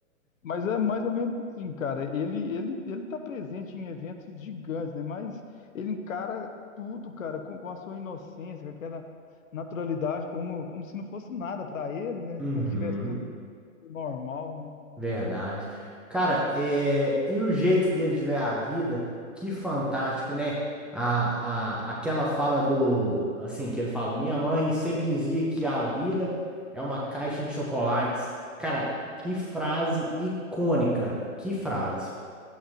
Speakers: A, on the left (about 70°); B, in the centre.
A: Mas é mais ou menos assim, cara. Ele ele ele tá presente em eventos gigantes, né? Mas ele encara tudo, cara, com, com a sua inocência, com aquela naturalidade, como como se não fosse nada para ele, né?
B: Uhum,
A: Como se tivesse tudo normal, né?
B: verdade. Cara, é, e o jeito dele de ver a vida, que fantástico, né? A, a, aquela fala do, assim, que ele fala, minha mãe sempre dizia que a vida é uma caixa de chocolates. Cara, que frase icônica, que frase.